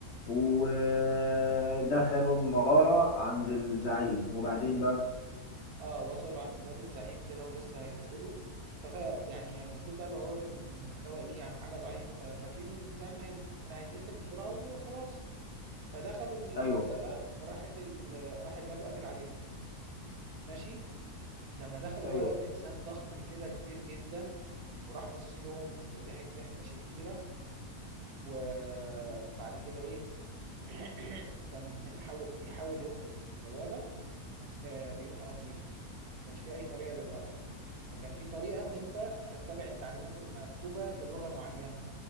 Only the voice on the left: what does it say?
ودخلوا المغارة عند الزعيم وبعدين بقى
ايوه
ايوه